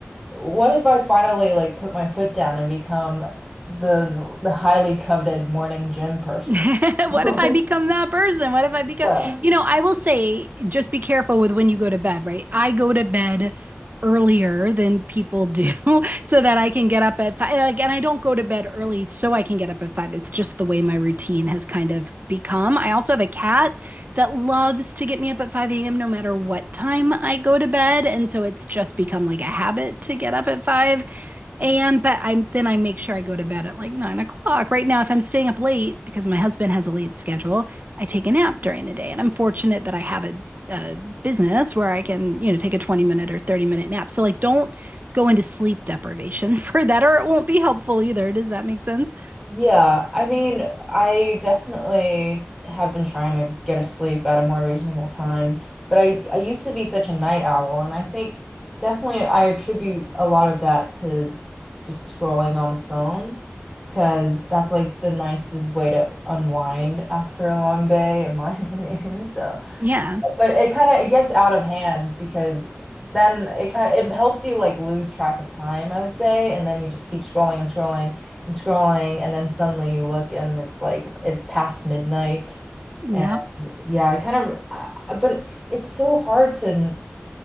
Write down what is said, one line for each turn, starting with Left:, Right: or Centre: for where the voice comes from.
Centre: what if I finally like put my foot down and become the the highly coveted morning gym person?
Right: <laughs> What
Centre: <laughs>
Right: if I become that person? What if I become,
Centre: Yeah.
Right: you know, I will say just be careful with when you go to bed, right? I go to bed earlier than people do <laughs> so that I can get up at five. Like, and I don't go to bed early so I can get up at five. It's just the way my routine has kind of become. I also have a cat that loves to get me up at 5 a.m. no matter what time I go to bed. And so it's just become like a habit to get up at five. AM, but I'm then I make sure I go to bed at like nine o'clock. Right now, if I'm staying up late because my husband has a late schedule, I take a nap during the day. And I'm fortunate that I have a, a business where I can, you know, take a 20 minute or 30 minute nap. So like don't go into sleep deprivation <laughs> for that, or it won't be helpful either. Does that make sense?
Centre: Yeah, I mean, I definitely have been trying to get to sleep at a more reasonable time, but I I used to be such a night owl, and I think definitely I attribute a lot of that to just scrolling on the phone, because that's like the nicest way to unwind after a long day, in my <laughs> opinion. So
Right: Yeah.
Centre: but it kind of it gets out of hand because then it kind of it helps you like lose track of time, I would say, and then you just keep scrolling and scrolling and scrolling, and then suddenly you look and it's like it's past midnight.
Right: Yep.
Centre: And yeah, I kind of, uh, but it's so hard to n-